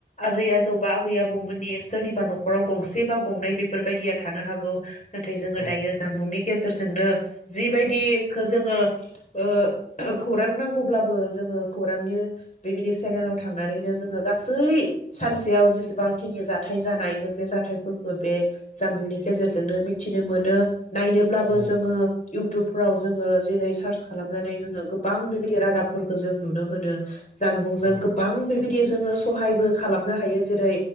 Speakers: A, on the left (about 40°); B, on the left (about 20°).
A: आजै आजौ बा आबै आबौमोननि सोरनिबा न'खराव गंसे बा गंनै बेफोरबायदिया थानो हागौ नाथाय जोङो
B: औ
A: दायो जानबुंनि गेजेरजोंनो जिबायदिखो जोङो ओ खौरां नांगौब्लाबो जोङो खौरांनि बेबायदि सेनेलाव थांनानैनो जोङो गासै सानसेयाव जेसेबांखिनि जाथाय जानाय जों बे जाथायफोरखो बे जानबुंनि गेजेरजोंनो मिथिनो मोनो नायनोब्लाबो
B: औ औ
A: जोङो इउटुबफोराव जोङो जेरै सार्च खालामनानै जोङो गोबां बेबायदि रादाबफोरखौ जों नुनो मोनो जानबुंजों
B: औ
A: गोबां बेबायदि जोङो सहायबो खालामनो हायो जेरै